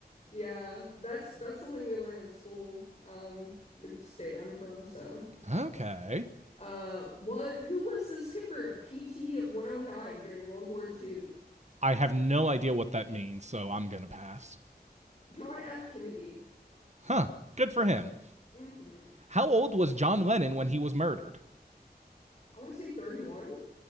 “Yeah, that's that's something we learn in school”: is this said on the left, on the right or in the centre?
Left